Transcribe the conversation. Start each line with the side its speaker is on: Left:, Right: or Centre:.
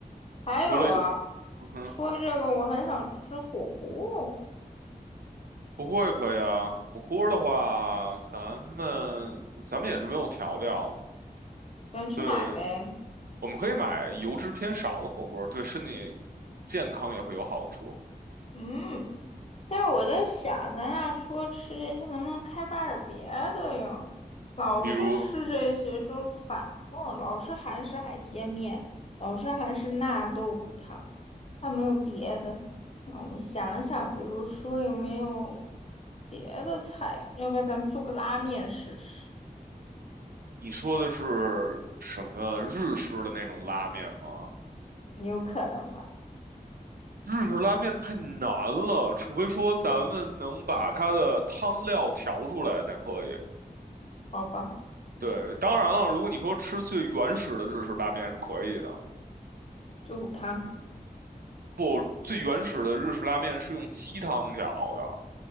Left: 还有啊，
Right: 除了。嗯哼
Left: 除了这个，我还想吃火锅，
Right: 火锅也可以啊。火锅的话，咱们咱们也是没有调料，
Left: 咱去买呗。
Right: 对，我们可以买油脂偏少的火锅，对身体健康也会有好处。
Left: 嗯。但是我在想，咱俩除了吃这些，能不能开发点别的呀？老是吃这些就是反了，
Right: 比如
Left: 老是韩式海鲜面，老是韩式辣豆腐汤，还没有别的。让我们想一想，比如说有没有别的菜？要不然咱们做个拉面试试，
Right: 你说的是什么日式的那种拉面吗？
Left: 有可能吧？
Right: 日式拉面太难了，除非说咱们能把它的汤料调出来才可以。
Left: 好吧，
Right: 对，当然了，如果你说吃最原始的日式拉面是可以的。
Left: 猪骨汤。
Right: 不，最原始的日式拉面是用鸡汤调的。